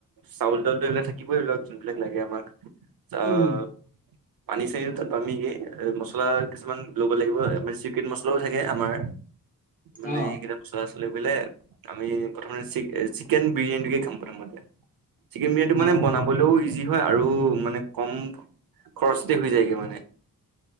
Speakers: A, on the right; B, on the left.
A: চাউল টাউল এইবিলাক থাকিবই লওঁক যোনবিলাক লাগে আমাক আহ
B: উম
A: পানী চানী তাত পামিগে মছলা কিছুমান ল'ব লাগিব আমাৰ চিক্ৰেট মচলাও থাকে আমাৰ মানে
B: অ
A: এইকেটাপ পাছলৈ বোলে আমি প্ৰথমতে চিকেন বিৰিয়ানীটোকে খাম প্ৰথমতে চিকেন বিৰিয়ানীটো
B: বাৰু
A: মানে বনাবলৈও
B: ঠিক
A: ইজি হয় আৰু মানে কম খৰচতে হৈ যায়গৈ মানে। <inaudible>